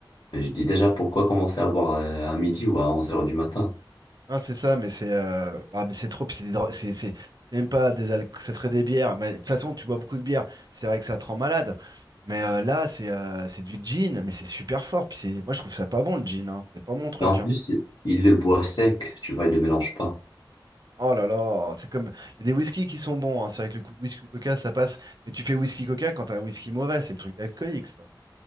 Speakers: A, on the left (about 65°); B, on the right (about 50°).
A: Mais je dis déjà, pourquoi commencer à boire euh, à midi ou à 11 heures du matin?
B: Ah, c'est ça, mais c'est euh, ah, mais c'est trop, puis c'est des dro- c'est c'est- c'est même pas des alcools, ça serait des bières. Mais de toute façon, tu bois beaucoup de bière, c'est vrai que ça te rend malade. Mais euh, là, c'est euh, c'est du gin, mais c'est super fort. Puis c'est, moi, je trouve ça pas bon le gin, hein. C'est pas mon truc.
A: Et en plus,
B: hein.
A: il le boit sec, tu vois, il le mélange pas.
B: Oh là là, c'est comme il y a des whisky qui sont bons. hein. C'est vrai que le cou- whisky coca, ça passe. Mais tu fais whisky coca quand t'as un whisky mauvais, c'est le truc d'alcoolique, ça.